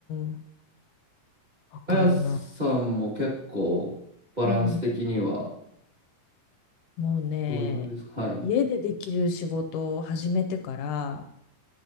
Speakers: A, on the left; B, on the right.
A: ん。わかるな。
B: あやさんも結構バランス的には
A: うん。もうね、
B: どういう感じですかはい。
A: 家でできる仕事を始めてから、